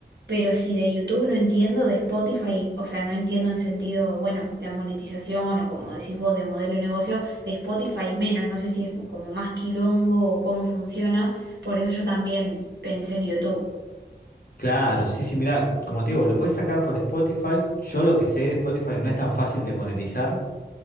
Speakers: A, on the right; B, on the left.
A: pero si de YouTube no entiendo, de Spotify, o sea, no entiendo en sentido, bueno, la monetización o como decís vos, de modelo de negocio, de Spotify menos, no sé si es como más quilombo o cómo funciona, por eso yo también pensé en YouTube.
B: Claro, sí, sí, mira, como te digo, lo puedes sacar por Spotify. Yo lo que sé de Spotify no es tan fácil de monetizar.